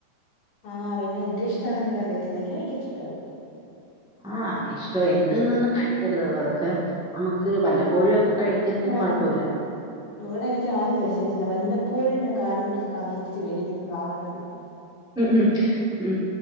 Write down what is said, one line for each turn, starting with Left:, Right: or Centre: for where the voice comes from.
Left: ആഹ് പിന്നെ എന്റെ ഇഷ്ടം നിനക്ക് അറിയത്തില്ലേ എനിക്ക് ഭയങ്കര ഇഷ്ട്ടാത്
Centre: ആഹ് ഇഷ്ടം എന്നെന്നൊന്നും കഴിക്കരുത് അതൊക്കെ നമുക്ക് വല്ലപ്പോഴും ഒക്കെ കഴിക്കുന്നേന്
Left: ആഹ്
Centre: കൊഴപ്പവില്ല
Left: ഇവിടെ എനിക്ക് ആരും വേടിച്ചു തരത്തില്ല വല്ലപ്പോഴും ഞാൻ കാല് പിടിച്ച് കാല് പിടിച്ച് വേടിക്കുന്ന സാതനായിത്
Centre: ഉം ഉം ഉം